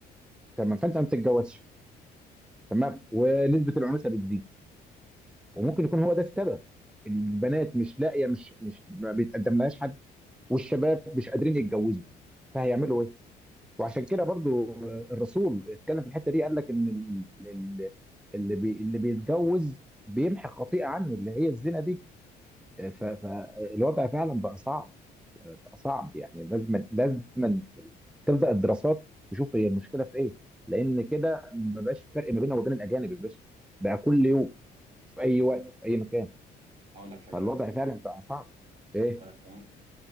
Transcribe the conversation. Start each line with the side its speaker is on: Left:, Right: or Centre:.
Centre: تمام فانت ما بتتجوزش تمام ونسبه العنوسه بتزيد وممكن يكون هو ده السبب البنات مش لاقيه مش مش ما بيتقدم لهاش حد والشباب مش قادرين يتجوزوا فهيعملوا ايه؟ وعشان كده برضو الرسول اتكلم في الحته دي قال لك ان ال- ال- اللي بي اللي بيتجوز بيمحي خطيئه عنه اللي هي الزنا دي ف- فالوضع فعلا بقى صعب بقى صعب يعني لازم لازم تبدا الدراسات تشوف هي المشكله في ايه لان كده ما بقاش فرق ما بيننا وبين الاجانب يا باشا بقى كل يوم في اي وقت وفي اي مكان
Right: اقول لك حاجة
Centre: فالوضع
Right: انا
Centre: فعلا بقى صعب ايه
Right: أحيانا